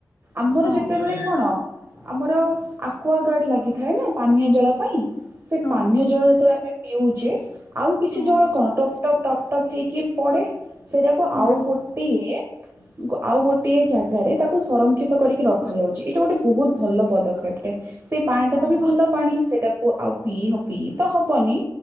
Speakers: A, on the right (about 40°); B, on the left (about 35°).
A: ଆମର
B: ହଁ
A: ଯେତେବେଳେ କଣ ଆମର ଆକ୍ୱଗାର୍ଡ ଲାଗିଥାଏ ନା ପାନୀୟ ଜଳ ପାଇଁ ସେ
B: ହଁ
A: ପାନୀୟ ଜଳ ଯେତେବେଳେ ଆମେ ପିଉଛେ ଆଉ କିଛି
B: ହଁ
A: ଜଳ କଣ ଟପ୍ ଟପ୍ ଟପ୍ ଟପ୍ ହେଇକି ପଡେ। ସେଇଟାକୁ
B: ହଁ
A: ଆଉ
B: ହଁ
A: ଗୋଟିଏ ଆଉ ଗୋଟିଏ ଜାଗାରେ ତାକୁ ସଂରକ୍ଷିତ କରିକି ରଖାଯାଉଛି ଏଇଟା ଗୋଟେ ବହୁତ ଭଲ ପଦକ୍ଷେପ ଟେ। ସେ ପାଣି
B: ହଁ
A: ଟା ତ ବି ଭଲ ପାଣି ସେଇଟାକୁ ଆଉ ପିଇ ପିଇ ତ ହବନି।